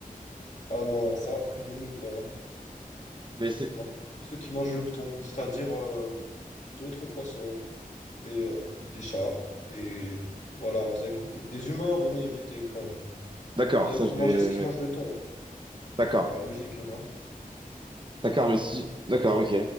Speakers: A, on the left; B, on the right.
A: Ah non, ça, il vaut mieux pas.
B: Mais c'est.
A: Moi, tous ceux qui mangent le thon, c'est-à-dire euh, d'autres poissons. et euh, des chats. Et voilà, vous avez compris. Des humains, vaut mieux éviter quand même.
B: D'accord,
A: Mais
B: ça
A: il faut
B: je vais.
A: manger ce qui
B: ouais.
A: mange le thon.
B: D'accord.
A: Ça paraît logique, non?
B: D'accord, mais si. D'accord, ok.